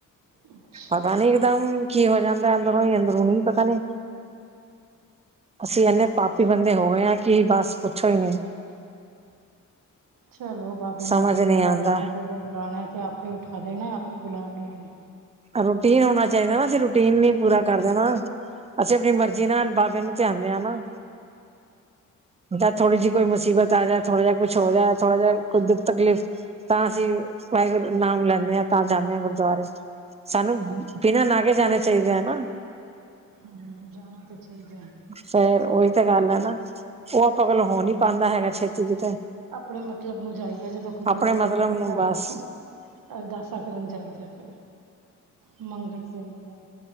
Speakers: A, on the right; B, on the right.
A: ਅੱਛਾ
B: ਪਤਾ ਨੀ। ਇਕਦਮ ਕੀ ਹੋ ਜਾਂਦਾ ਅੰਦਰੋਂ ਹੀ ਅੰਦਰੋਂ ਨੀ ਪਤਾ ਨੀ। ਅਸੀਂ ਏਨੇ ਪਾਪੀ ਬੰਦੇ ਹੋਗੇ ਆ ਕੀ ਬਸ ਪੁੱਛੋ ਈ ਨੀ।
A: ਚਲੋ ਬਾਬੇ ਨੇ
B: ਸਮਝ
A: ਆਪੇ
B: ਨਹੀਂ
A: ਬੁਲਾ
B: ਆਉਂਦਾ
A: ਲੈਣਾ ਜਦੋਂ ਬੁਲਾਣਾ ਤੇ ਆਪੇ ਉਠਾ ਦੇਣਾ ਆਪੇ ਬੁਲਾ ਵੀ ਲੈਣਾ।
B: ਰੂਟੀਨ ਹੋਣਾ ਚਾਈਦਾ ਨਾ ਫਿਰ ਰੋ- ਰੂਟੀਨ ਨੀ ਪੂਰਾ ਕਰ ਦੇ ਨਾਂ, ਅਸੀਂ ਆਪਣੀ ਮਰਜ਼ੀ ਨਾਲ ਬਾਬੇ ਨੂੰ ਧਿਆਦੇ ਆਂ ਨਾ। ਜਦ ਥੋੜੀ ਜੀ ਕੋਈ ਮੁਸੀਬਤ ਆ ਜਾਏ ਥੋੜਾ ਜਾ ਕੁਛ ਹੋ ਜਾਏ, ਥੋੜਾ ਜਾ ਕੋਈ ਦੁੱਖ ਤਕਲੀਫ਼- ਤਾਂ ਅਸੀਂ, ਵਾਹਿਗੁਰੂ ਨਾਮ ਲੈਂਨੇ ਆ ਤਾਂ ਜਾਨੇ ਆਂ ਗੁਰਦੁਆਰੇ। ਸਾਨੂੰ ਬਿਨਾਂ ਨਾਗੇ ਜਾਣਾ ਚਾਈਦਾ ਏ ਨਾ।
A: ਹੂੰ ਜਾਣਾ ਤੇ ਚਾਈਦਾ।
B: ਫੇਰ ਓਈ ਤੇ ਗੱਲ ਐ ਨਾ, ਉਹ ਆਪਾਂ ਕੋਲੋਂ ਹੋ ਨੀ ਪਾਂਦਾ ਹੈਗਾ ਛੇਤੀ ਕਿਤੇ।
A: ਅਪਨੇ ਮਤਲਬ ਨੂੰ ਜਾਈਦਾ ਜਦੋਂ ਕੋਈ
B: ਆਪਣੇ
A: ਲੋੜ
B: ਮਤਲਬ
A: ਹੋਵੇ ਫੇਰ
B: ਨੂੰ
A: ਤਾਂ
B: ਬਸ
A: ਅਰਦਾਸਾਂ ਕਰਨ ਜਾਈਦਾ ਫੇਰ, ਮੰਗਣ ਜਾਈਦਾ।